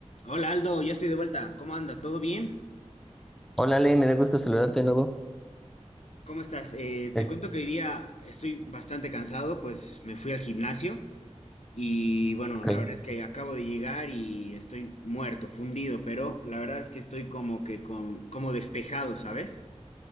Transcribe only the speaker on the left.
Hola Aldo, ya estoy de vuelta. ¿Cómo anda? ¿Todo bien?
¿Cómo estás? Eh,
te cuento que hoy día estoy bastante cansado, pues me fui al gimnasio y bueno,
la verdad es que acabo de llegar y estoy muerto, fundido, pero la verdad es que estoy como que con, como despejado, ¿sabes?